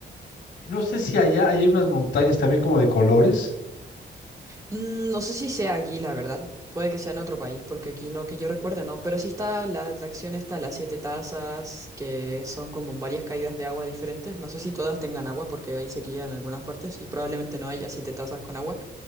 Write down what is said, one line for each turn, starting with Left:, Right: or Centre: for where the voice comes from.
Left: Y No sé si allá hay unas montañas también como de colores.
Right: Mm, No sé si sea aquí, la verdad. Puede que sea en otro país, porque aquí no que yo recuerde, no. Pero sí está la atracción está las siete tazas, que son como varias caídas de agua diferentes. No sé si todas tengan agua, porque hay sequía en algunas partes y probablemente no haya siete tazas con agua.